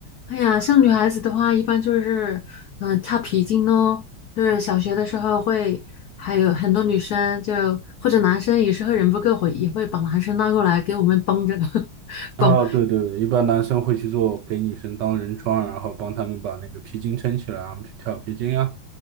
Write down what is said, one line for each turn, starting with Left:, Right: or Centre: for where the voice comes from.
Left: 哎呀，像女孩子的话，一般就是，嗯、跳皮筋咯，就是小学的时候会，还有很多女生就或者男生有时候人不够会，也会把男生拉过来给我们帮着 <laughs>
Right: 啊，
Left: 帮。
Right: 对对对，一般男生会去做给女生当人桩，然后帮他们把那个皮筋撑起来啊，我们去跳皮筋啊。